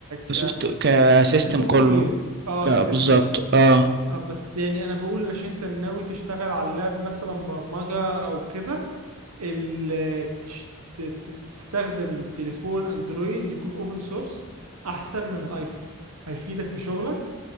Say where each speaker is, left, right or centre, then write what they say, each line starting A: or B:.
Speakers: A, on the right (about 50°); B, on the right (about 85°).
A: كسوفت-
B: ك
A: كسيستم
B: كسوفت
A: كله
B: وير اه
A: لا
B: كسيستم
A: بالظبط اه
B: آه بس يعني انا بقول عشان انت ناوي تشتغل على اللاب مثلا برمجة او كده ال- تش- ت- ت- تستخدم تليفون اندرويد يكون اوبن سورس احسن من الايفون هيفيدك في شغلك